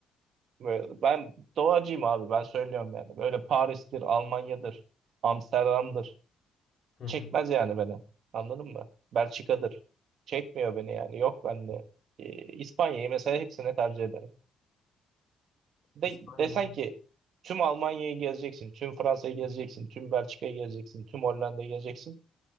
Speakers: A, on the right; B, on the left.
A: Ve Ben doğacıyım abi ben söylüyorum yani. Böyle Paris'tir, Almanya'dır, Amsterdam'dır.
B: Hı hı.
A: Çekmez yani beni. Anladın mı? Belçika'dır. Çekmiyor beni yani. Yok bende. Ee, İspanya'yı mesela hepsine tercih ederim. De,
B: İspanya.
A: desen ki tüm Almanya'yı gezeceksin, tüm Fransa'yı gezeceksin, tüm Belçika'yı gezeceksin, tüm Hollanda'yı gezeceksin.